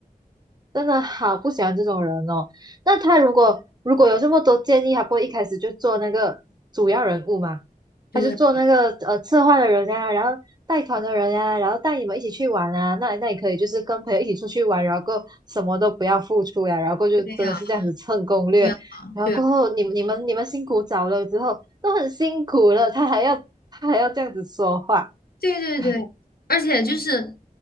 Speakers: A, on the right; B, on the left.
A: 真的好不喜欢这种人哦。那他如果如果有这么多建议，他不会一开始就做那个主要人物吗？
B: 对
A: 他就做那个呃策划的人啊，然后带团的人啊，然后带你们一起去玩啊，那那也可以，就是跟朋友一起出去玩，然后过什么都不要付出呀，然后过就真的是这样子蹭攻略，
B: 对呀、对呀、
A: 然后过后你你们你们辛苦找了之后都很辛苦了，
B: 对啊
A: 他还要他还要这样子说话，
B: 对对对，
A: 哎，
B: 而且就是，